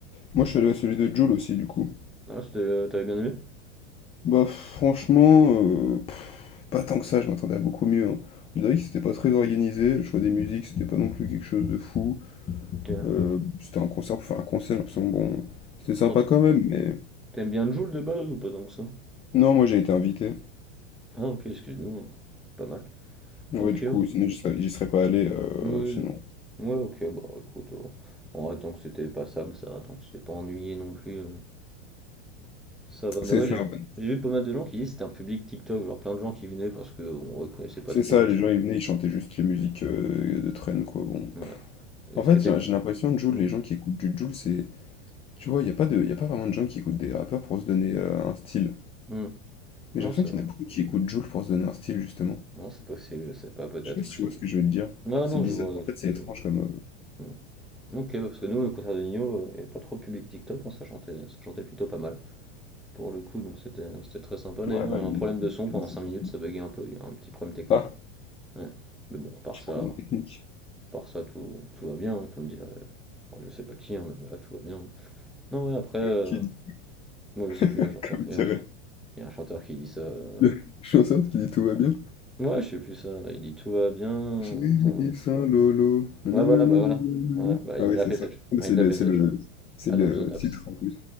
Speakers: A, on the left; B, in the centre.
A: Moi, je suis allé à celui de Jul aussi, du coup.
B: Ah, c'était, heu, tu bien aimé?
A: Bah, franchement, euh, pff, pas tant que ça, je m'attendais à beaucoup mieux. hein. On dirait que c'était pas très organisé, le choix des musiques, c'était pas non plus quelque chose de fou.
B: OK.
A: Euh, c'était un concert pour faire un concert, j'ai l'impression, bon, c'était
B: Pourtant,
A: sympa
B: tu
A: quand même, mais
B: tu bien Joule de base ou pas donc ça?
A: Non, moi j'ai été invité.
B: Ah OK, excuse-nous, hein, pas mal.
A: Ouais,
B: OK.
A: du coup, sinon j'y serais, j'y serais pas allé, euh,
B: Oui.
A: sinon.
B: oui. Ouais, OK, bah, écoute, on en vrai, tant que c'était passable, ça va, tant que c'était pas ennuyé non plus, euh, ça va. Mais
A: C'est
B: ouais,
A: ça,
B: j'ai
A: ouais.
B: j'ai vu pas mal de gens qui disaient que c'était un public TikTok, genre plein de gens qui venaient parce que bon, on reconnaissait pas
A: C'est
B: trop
A: ça,
B: juste.
A: les gens ils venaient, ils chantaient juste les musiques euh, de traîne, quoi. Bon.
B: Ouais. Et
A: En fait,
B: ce qui était.
A: j'ai j'ai l'impression, Jul,
B: Hmm.
A: les gens qui écoutent du Jul, c'est. Tu vois, il n'y a pas de, y a pas vraiment de gens qui écoutent des rappeurs pour se donner euh, un style.
B: Hmm. Non,
A: Mais j'ai l'impression
B: c'est vrai.
A: qu'il y en a beaucoup qui écoutent Jul pour se donner un style, justement.
B: Non, c'est possible, je sais pas, peut-être.
A: Je sais pas si tu vois ce que je veux te dire.
B: Non,
A: C'est
B: non,
A: bizarre.
B: je vois.
A: En fait,
B: je-
A: c'est étrange
B: je-
A: comme. euh,
B: hmm. Ok, ouais, parce que nous, au concert de Nino, il n'y avait pas trop de public TikTok, hein, ça chantait, ça chantait plutôt pas mal, pour le coup, donc c'était c'était très sympa. D'ailleurs,
A: Ouais, bah,
B: il y a
A: il
B: un problème
A: est
B: de son pendant
A: des centres.
B: 5 minutes, ça buguait un peu, il y a un petit problème technique.
A: Ah,
B: Ouais. Mais bon, à part
A: tu
B: ça,
A: prends
B: à
A: une technique.
B: part ça, tout, tout va bien, hein, comme dirait. bon, je sais pas qui, hein, mais voilà, tout va bien. Non, ouais, après, euh,
A: Qui dit,
B: moi je sais plus,
A: <laughs>
B: il y a un chanteur,
A: comme
B: il
A: dirait.
B: y a un chan- il y a un chanteur qui dit ça. euh,
A: <laughs> Je suis en sorte qu'il dit tout va bien.
B: Ouais, je sais plus ça, il dit tout va bien.
A: J'ai
B: bon,
A: vu
B: après, je-
A: ça, Lolo. Nananananana.
B: Ouais, voilà, bah voilà. Ouais, bah,
A: Ah
B: il
A: oui,
B: l'a
A: c'est
B: fait
A: ça.
B: cette
A: Ah,
B: chanson.
A: Mais
B: Ouais,
A: C'est
B: il l'a
A: le,
B: fait
A: c'est
B: cette
A: le,
B: chanson.
A: c'est
B: Alonso
A: le
B: Naps.
A: titre en plus.